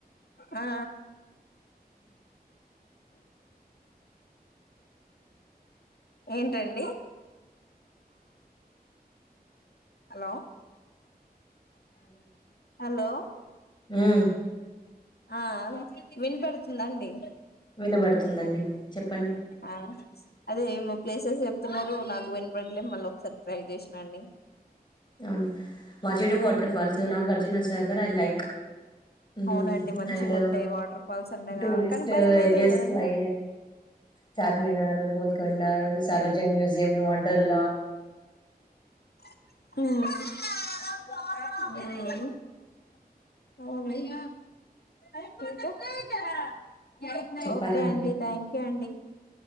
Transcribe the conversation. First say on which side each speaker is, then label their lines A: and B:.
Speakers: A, on the left (about 80°); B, on the left (about 30°).
A: ఆ ఏంటండి హలో హలో
B: ఉమ్
A: ఆ వినిపెడుతుందండి
B: వినపడుతు తుందండి చెప్పండి
A: ఆ అదే ఏమో ప్లేసెస్ చెప్తున్నారు నాకు వినబడలే మళ్ళీ ఒకసారి ట్రై చేసిన అండి
B: అవునా వాజెడ waterfalls Nagarjuna Sagar I like హ్మ్.
A: అవునండి మంచిగా
B: అండ్
A: ఉంటాయి వాటర్ ఫాల్స్ ఉండగా
B: టూరిస్ట్
A: కానీ భయం అయితది
B: ఏరియాస్
A: కదండి
B: లై చార్మినార్ గోల్కొండ సాలార్జంగ్ మ్యూజియం వండర్లా
A: ఉమ్ ఉమ్ వో అ ఇంకా
B: చెప్పాలండి
A: ఓకే అండి థ్యాంక్ యూ అండి